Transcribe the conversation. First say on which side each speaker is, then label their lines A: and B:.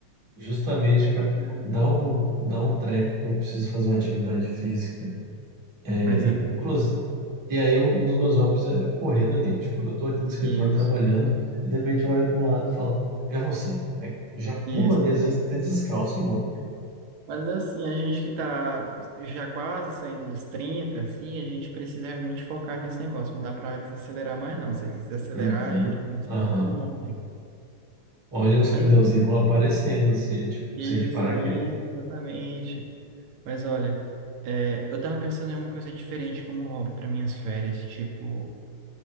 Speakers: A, on the right; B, on the right.
A: justamente para
B: Muito bom.
A: dar um, dar um treco que eu preciso fazer uma atividade física. É,
B: Mas é
A: e, inclusive, e aí um um dos meus hobbies é correr no elíptico. Eu tô aqui no escritório
B: isso,
A: trabalhando e de repente eu olho pro lado e falo, é você. Aí já
B: isso.
A: pulo ali, às vezes até descalço e vou.
B: Mas assim, a gente que tá já quase saindo dos 30 assim, a gente precisa realmente focar nesse negócio. Não dá pra desacelerar mais, não. Se desacelerar,
A: Uhum.
B: a gente começa
A: Aham.
B: a ficar todo mundo. junto.
A: Olha, os
B: Mas
A: pneuzinhos vão aparecendo se a gente,
B: é
A: se
B: isso,
A: a gente parar
B: isso,
A: aqui.
B: exatamente. Mas olha, é, eu tava pensando em alguma coisa diferente como hobby para minhas férias. Tipo,